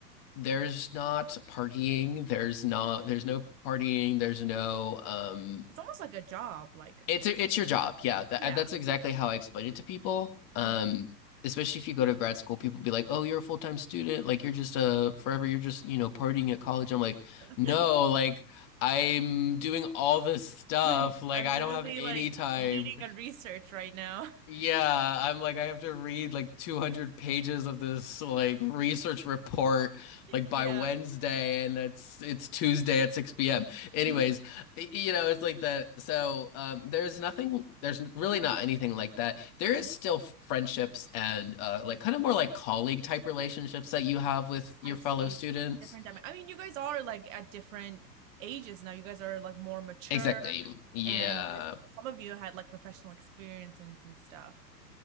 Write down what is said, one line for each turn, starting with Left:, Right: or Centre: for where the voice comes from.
Left: there's not partying, there's not, there's no partying, there's no, um,
Right: It's almost like a job, like,
Left: it's it's your job. Yeah, that,
Right: yeah.
Left: that's exactly how I explain it to people. Um,
Right: Mhm.
Left: especially if you go to grad school, people be like, "Oh, you're a full-time student. Like you're just a forever. You're just, you know, partying at college." I'm like,
Right: <laughs>
Left: "No, like I'm doing all this stuff.
Right: Like,
Left: Like
Right: I'm
Left: I
Right: literally
Left: don't have any
Right: like
Left: time
Right: leading a research right now.
Left: yeah,
Right: <laughs>
Left: I'm like I have to read like 200 pages of this like research report like by
Right: Yeah.
Left: Wednesday and it's it's Tuesday at 6 p.m. Anyways,
Right: Mhm.
Left: y- you know, it's like that. So, um there's nothing there's really not anything like that. There is
Right: Mhm.
Left: still friendships and uh like kind of more
Right: I
Left: like
Right: see.
Left: colleague type relationships that you have with your
Right: I
Left: fellow
Right: see
Left: students.
Right: at the different time. I mean, you guys are like at different ages now. You guys are like more mature,
Left: Exactly. Yeah.
Right: and you guys, some of you had like professional experiences and stuff.